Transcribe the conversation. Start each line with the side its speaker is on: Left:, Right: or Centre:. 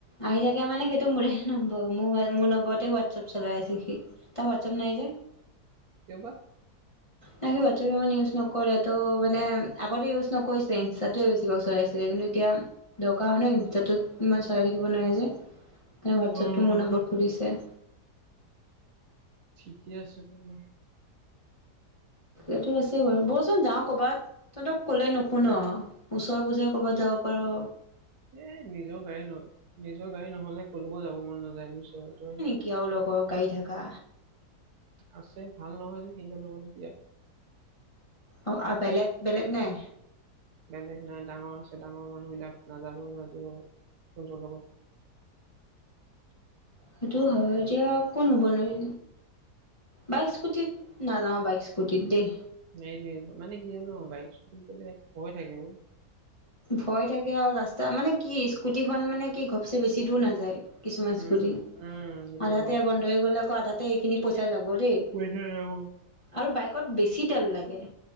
Left: আহি থাকে মানে সেইটো মোৰে নম্বৰ মোৰ মোৰ নম্বৰতে হোৱাটছআপ চলাই আছে সি তা হোৱাটচএপ নাই যে
Right: কিয় বা
Left: না সি হোৱাটছআপ ইমান ইউজ নকৰে ত মানে আগতে ইউজ নকৰিছে ইনষ্টাতোৱে বেছিক চলাই- ছিলে কিন্তু এতিয়া দৰকাৰ হয় ন ইনষ্টাটোত ইমান চলাই থাকিব নোৱাৰে যে মানে হোৱাটছএপটো
Right: অ'।
Left: মোৰ নম্বৰ খুলিছে।
Right: ঠিকেই আছে তেনে
Left: এইটো আছে বাৰু বলচোন যাওঁ কৰ'বাত তহঁতক কলে নুশুন ওচৰে পজৰে ক'বাত যাব পাৰো
Right: এ নিজৰ গাড়ী নহ, নিজৰ গাড়ী নহলে কলৈকো যাব মন নাযায় বুজিছ তই।
Left: কি আৰু লগৰ গাড়ী থাকা।
Right: আছে ভাল নহয় যে সিহঁত লগত গিয়া।
Left: অঁ, আ বেলেগ, বেলেগ নাই?
Right: বেলেগ নাই। ডাঙৰ আছে, ডাঙৰ মানুহ বিলাক নাযাব ন সিহঁত লগত সিহঁতৰ লগত।
Left: সেইটো হয় এতিয়া কোন হ'বনো ই? বাইক, স্কুটিত নাযাওঁ। বাইক, স্কুটিত দেই।
Right: এইটোৱ মানে কি হয় জান বাইক স্কুটিত গলে ভয় থাকে অ।
Left: ভয় থাকে আৰু ৰাস্তা মানে কি স্কুটিখন মানে কি ঘপচে বেছি দূৰ নাযায়। কিছুমান স্কুটী,
Right: উম, উম সেইটো
Left: আধাতে
Right: হয়।
Left: বন্ধ হৈ গলে আকৌ আধাতে এইখিনি পইচা যাব দেই।
Right: পইচা যাব।
Left: আৰু বাইকত বেছি তেল লাগে।